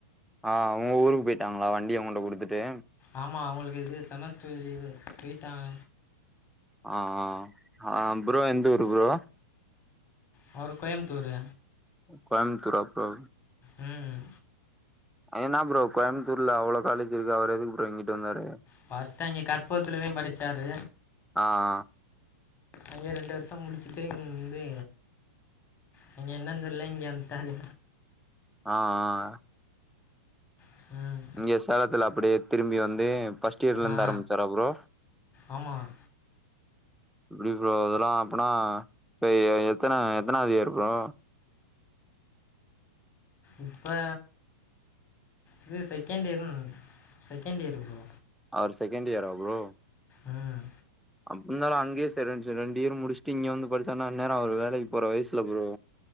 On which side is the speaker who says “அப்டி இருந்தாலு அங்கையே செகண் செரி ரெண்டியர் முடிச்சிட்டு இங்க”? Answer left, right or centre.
Centre